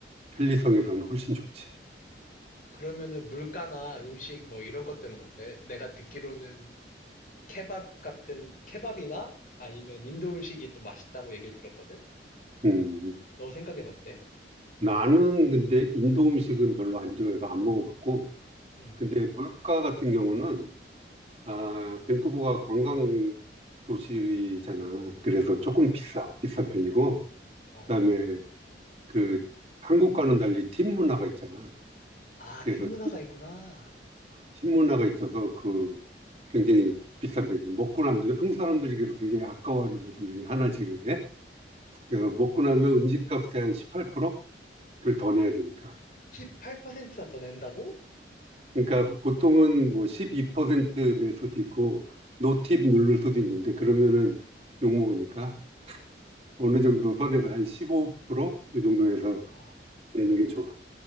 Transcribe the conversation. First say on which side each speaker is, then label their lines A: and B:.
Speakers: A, on the right (about 35°); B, on the left (about 50°).
A: 편리성에서는 훨씬 좋지.
B: 그러면은 물가나 음식 뭐 이런 것들은 어때? 내가 듣기로는 케밥 같은, 케밥이나 아니면 인도 음식이 또 맛있다고 얘기를 들었거든?
A: 음,
B: 너 생각엔 어때?
A: 나는 근데 인도 음식은 별로 안 좋아해서 안 먹어봤고,
B: 음,
A: 근데 물가 같은 경우는 아, 밴쿠버가 관광 도시잖아. 그래서 조금
B: 음.
A: 비싸, 비싼 편이고,
B: 어.
A: 그다음에 그 한국과는 달리 팁 문화가 있잖아.
B: 아,
A: 그래서
B: 팀 문화가 있구나.
A: 팀 문화가 있어서 그 굉장히 비싼 배지. 먹고 난 다음에 한국 사람들에게서 굉장히 아까워하는 부분 중에 하나지 그게. 그래서 먹고 나면 음식값의 한 18%를 더 내야 되니까.
B: 18%나 더 낸다고?
A: 그러니까 보통은 뭐 12%낼 수도 있고 노팁 누를 수도 있는데 그러면은 욕먹으니까 어느 정도 선에서 한 1 5 이 정도에서
B: 와.
A: 내는 게 좋아.